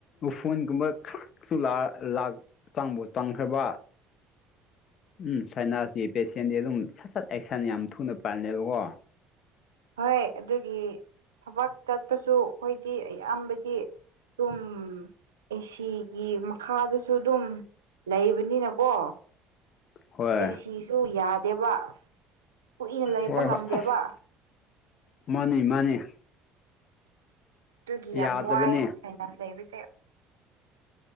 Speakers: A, on the left; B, on the right.
A: ꯎꯐꯨꯟꯒꯨꯝꯕ ꯈꯔꯛꯁꯨ ꯂꯥ ꯂꯥꯛ ꯆꯥꯡꯕꯨ ꯆꯥꯡꯈ꯭ꯔꯕ ꯎꯝ ꯁꯥꯏꯅꯥꯁꯀꯤ ꯄꯦꯁꯦꯟꯗꯤ ꯑꯗꯨꯝ ꯁꯠ ꯁꯠ ꯑꯦꯛꯁꯟ ꯌꯥꯝ ꯊꯨꯅ ꯄꯥꯜꯂꯦꯕꯀꯣ
B: ꯍꯣꯏ ꯑꯗꯨꯒꯤ ꯊꯕꯛ ꯆꯠꯄꯁꯨ ꯑꯩꯈꯣꯏꯗꯤ ꯑꯌꯥꯝꯕꯗꯤ ꯇꯨꯝ ꯑꯦ ꯁꯤꯒꯤ ꯃꯈꯥꯗꯁꯨ ꯑꯗꯨꯝ ꯂꯩꯕꯅꯤꯅꯀꯣ
A: ꯍꯣꯏ
B: ꯑꯦ ꯁꯤꯁꯨ ꯌꯥꯗꯦꯕ ꯀꯨꯏꯅ ꯂꯩꯕ
A: ꯍꯣꯏ ꯍꯣꯏ
B: ꯉꯝꯗꯦꯕ
A: ꯑꯁ ꯃꯥꯅꯤ ꯃꯥꯅꯤ
B: ꯑꯗꯨꯒꯤ ꯌꯥꯝ
A: ꯌꯥꯗꯕꯅꯦ
B: ꯋꯥꯏ ꯁꯥꯏꯅꯥꯁ ꯂꯩꯕꯁꯦ